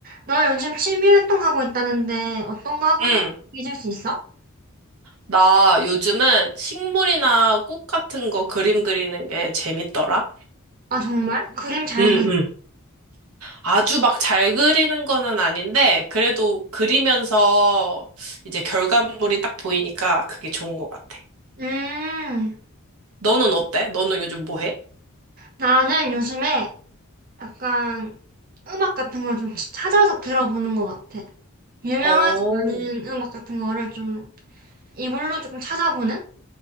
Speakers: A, on the right (about 40°); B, on the right (about 85°).
A: 나 요즘 취미 활동하고 있다는데 어떤 거 하고
B: 응.
A: 있는지 얘기해줄 수 있어?
B: 나 요즘은 식물이나 꽃 같은 거 그림 그리는 게 재밌더라.
A: 아, 정말? 그림 잘
B: 응,
A: 그려?
B: 응. 아주 막 잘 그리는 거는 아닌데, 그래도 그리면서 이제 결과물이 딱 보이니까 그게 좋은 것 같아.
A: 음,
B: 너는 어때? 너는 요즘 뭐 해?
A: 나는 요즘에 약간 음악 같은 걸 좀 찾아서 들어보는 것 같아. 유명하지
B: 어.
A: 않은 음악 같은 거를 좀 이걸로 조금 찾아보는?